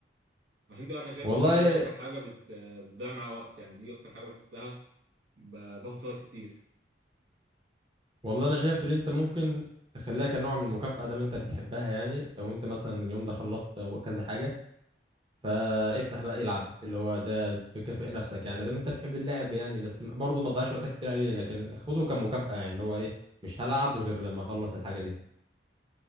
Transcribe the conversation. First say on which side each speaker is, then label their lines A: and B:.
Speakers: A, on the right (about 85°); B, on the right (about 30°).
A: عشان دي أنا شايف
B: والله
A: الصراحة دي أكتر حاجة بت- بتضيع معايا وقت يعني دي أكتر حاجة بحسها ب- باخد فيها وقت كتير
B: والله انا شايف ان انت ممكن تخليها كنوع من المكافاه دام انت بتحبها يعني لو انت مثلا اليوم ده خلصت كذا حاجه فافتح بقى العب اللي هو ده بتكافئ نفسك يعني ده انت بتحب اللعب يعني بس برضه ما تضيعش وقتك كتير عليه لكن خده كمكافأة يعني اللي هو ايه مش هلعب غير لما اخلص الحاجة دي